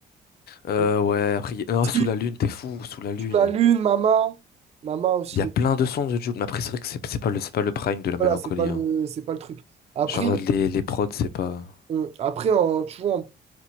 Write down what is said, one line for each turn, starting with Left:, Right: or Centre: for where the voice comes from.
Left: Euh,
Right: Donc,
Left: ouais, après, y- non,
Right: si,
Left: sous la lune, t'es fou, sous la lune.
Right: sous la lune, Mama, Mama aussi,
Left: Il y
Right: les...
Left: a plein de sons de Jules, mais après c'est vrai que c'est c'est pas le c'est pas le prime de la
Right: voilà,
Left: mélancolie.
Right: c'est pas le,
Left: hein.
Right: c'est pas le truc. Après,
Left: Genre les les prods, c'est pas.
Right: on- après en, tu vois, en,